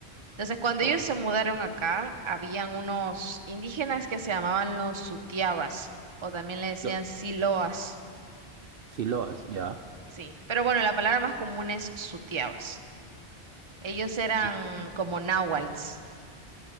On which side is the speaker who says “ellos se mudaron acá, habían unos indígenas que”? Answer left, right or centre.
Right